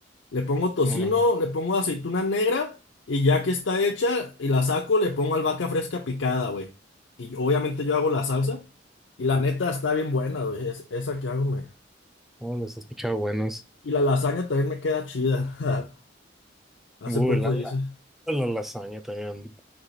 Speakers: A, on the left; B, in the centre.
A: Le pongo tocino,
B: órale.
A: le pongo aceituna negra y ya que está hecha y la saco, le pongo albahaca fresca picada, güey. Y yo- obviamente yo hago la salsa y la neta está bien buena, güey. es- esa que hago, me.
B: Oh, los he escuchado buenos.
A: Y la lasaña también me queda chida. <laughs> Hace
B: Uy,
A: poco
B: la,
A: hice.
B: la, la lasaña también.